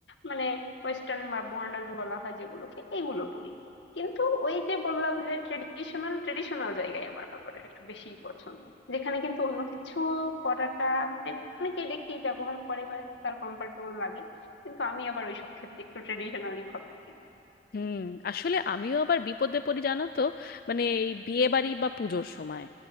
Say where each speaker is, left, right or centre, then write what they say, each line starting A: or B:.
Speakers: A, on the left; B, on the left.
A: মানে ওয়েস্টার্ন বা মডার্ন বলা হয় যেগুলোকে এগুলো পরি কিন্তু ওই যে বললাম যে ট্রেডিশনাল ট্রেডিশনাল জায়গায় আমার আবার একটু বেশি পছন্দ যেখানে কিন্তু অন্য কিছু পড়াটা মানে অনেকেই দেখি ব্যবহার করে বা তার কমফোর্টেবল লাগে কিন্তু আমি আবার ওইসব ক্ষেত্রে একটু ট্রেডিশনালি ফলো করি
B: হুম আসলে আমিও আবার বিপদে পড়ি জানো তো মানে এই বিয়ে বাড়ি বা পুজোর সময়